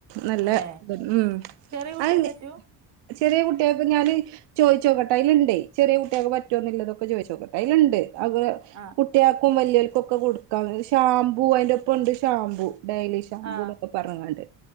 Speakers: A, on the right; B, on the right.
A: നല്ല
B: അല്ലെ
A: ഉം
B: ചെറിയ കുട്ടിയൊക്കെറ്റു
A: അത് ചെറിയ കുട്ടികൾക്ക് ഞാല് ചോയിച്ചോക്കട്ടെ അയില്ണ്ടെയ് ചെറിയ കുട്ടിയോൾക്ക് പറ്റുവോന്നുള്ളതൊക്ക ചോയിച്ചോക്കട്ടെ അയിലിണ്ട് അവ
B: ആ
A: കുട്ടിയോൾക്കും വല്യോര്കും ഒക്കെ കൊടുക്കാ ഷാമ്പൂ അതിന്റോപ്പൊണ്ട് ഷാമ്പൂ ഡെയിലിഷാമ്പൂ
B: ആ
A: ന്നക്കെആ പറങ്ങണ്ട്